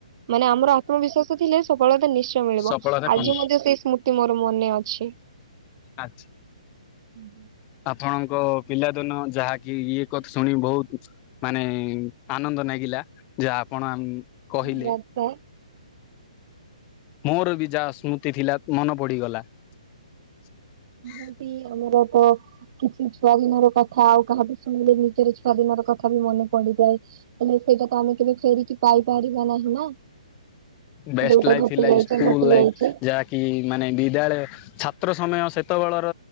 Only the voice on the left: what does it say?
ସଫଳତା
କଣ
ଆଚ୍ଛା।
ଆପଣଙ୍କ ପିଲାଦିନ ଯାହାକି ଇଏ କଥା ଶୁଣିି ବହୁତ ମାନେ ଆନନ୍ଦ ନାଗିଲା। ଯାହା ଆପଣ
କହିଲେ
ମୋର ବି ଯାହା ସ୍ମୃତି ଥିଲା ମନେ ପଡ଼ିଗଲା। <inaudible>
ବେଷ୍ଟ
ଲାଇଫ୍
ଥିଲା
ଏଇ ସ୍କୁଲ
ଲାଇଫ୍।
ଯାହା କି ମାନେ ବିଦ୍ୟାଳୟ, ଛାତ୍ର ସମୟ ସେତେବେଳର